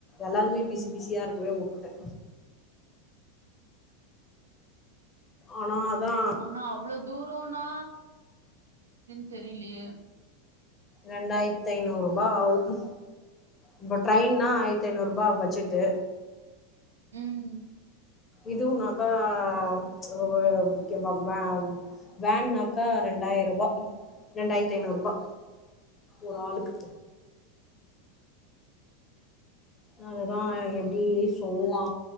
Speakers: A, on the left (about 25°); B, on the right (about 75°).
A: எல்லாருமே பிசி பிசியா இருக்கவே உட்டுட்டே ஆனா அத்தா
B: ஆனா அவ்ளோ தூரோன்னா எப்டின்னு தெரிலயே
A: ரெண்டாயிரத்தி ஐநூறு ரூபா ஆவுது இப்ப ட்ரெயின்னா ஆயிரத்தி ஐநூறு ரூபா பட்ஜெட்டு
B: உம்
A: இதுவுனக்கா <unintelligible> வேன்னாக்கா ரெண்டாயிரூபா ரெண்டாயிரத்தி ஐந்நூற்ரூபா ஒரு ஆளுக்கு அததா எப்டி சொல்லா